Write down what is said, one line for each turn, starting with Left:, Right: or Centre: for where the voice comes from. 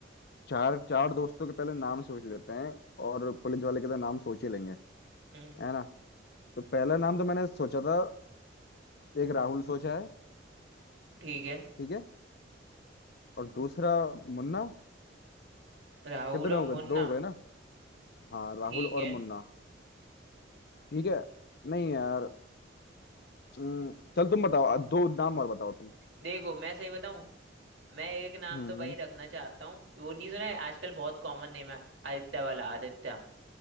Left: चार चार दोस्तों के पहले नाम सोच लेते हैं और पुलिस वाले के तो नाम सोच ही लेंगे
Right: हम्म,
Left: है ना तो पहला नाम तो मैंने सोचा था एक राहुल सोचा है
Right: ठीक है
Left: ठीक है और दूसरा मुन्ना
Right: राहुल
Left: कितने
Right: और
Left: हो
Right: मुन्ना
Left: गए दो हो गए ना हाँ राहुल
Right: ठीक
Left: और
Right: है
Left: मुन्ना ठीक है नहीं यार हम्म, चल तुम बताओ अ, दो नाम और बताओ तुम
Right: देखो मैं सही बताऊं मैं एक नाम
Left: हम्म
Right: तो भाई रखना चाहता हूँ वो नहीं सुना है आजकल बहुत कॉमन नेम है आदित्य वाला आदित्य